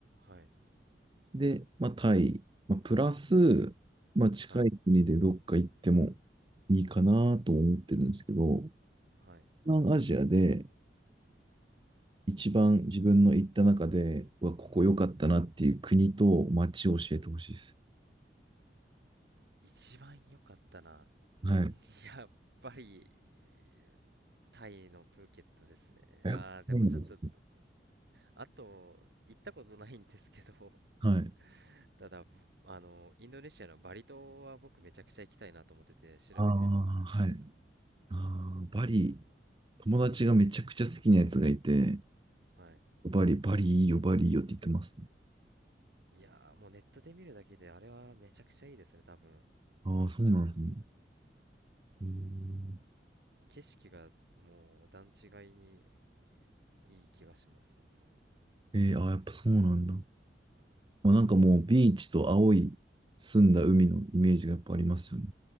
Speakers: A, on the right; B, on the right.
A: はい、
B: で、まあ、タイ、まあ、プラス、まあ、近い国でどっか行っても
A: はい、
B: いいかなと思ってるんですけど、
A: はい。
B: 東南アジアで一番自分の行った中で、うわ、ここ良かったなっていう国と街を教えてほしいです。
A: 一番良かったな。
B: はい。
A: うん、やっぱり、タイのプーケットですね。
B: やっぱりなんですね。
A: いやー、でもちょっと、あと、行ったことないんですけど、
B: はい。
A: <laughs> ただ、あの、インドネシアのバリ島は僕めちゃくちゃ行きたいなと思ってて調べてるんですけど、
B: ああ、はい。ああ、バリ、友達がめちゃくちゃ好きなやつがいて、
A: はい。
B: バリ、バリいいよ、バリいいよって言ってますね。
A: いやー、もうネットで見るだけであれはめちゃくちゃいいですね、多分。
B: ああ、そうなんですね。うん。
A: 景色がもう段違いにいい気がします、本当に。
B: えー、あー、やっぱそうなんだ。
A: うん。
B: まあ、なんかもうビーチと青い澄んだ海のイメージがやっぱありますよね。